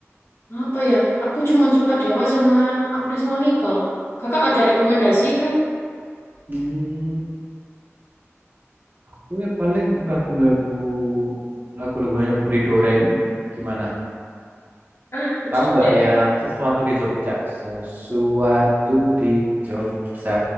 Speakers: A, on the left; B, on the right.
A: Apa ya? Aku cuma suka Dewa sama Agnes Monica. Kakak ada rekomendasi kah?
B: Hmm, aku ya paling lagu-lagu lagu-lagunya Budi Doremi gimana?
A: Ah,
B: Tahu
A: judulnya.
B: nggak yang sesuatu di Jogja? Sesuatu di Jogja.